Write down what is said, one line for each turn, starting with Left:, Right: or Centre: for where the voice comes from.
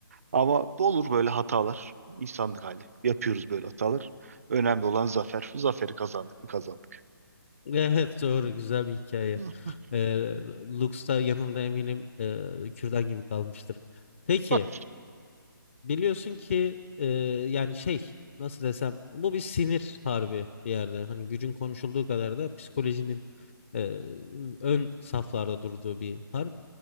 Right: Ama olur böyle hatalar. İnsanlık hali. Yapıyoruz böyle hatalar. Önemli olan zafer. Zaferi kazandık mı kazandık.
Left: Evet doğru güzel bir hikaye.
Right: <laughs> Hı.
Left: Ee, Lux da yanında eminim e, kürdan gibi kalmıştır. Peki
Right: Bak
Left: biliyorsun ki e, yani şey nasıl desem bu bir sinir harbi bir yerde. Hani gücün konuşulduğu kadar da psikolojinin e, ön saflarda durduğu bir harp.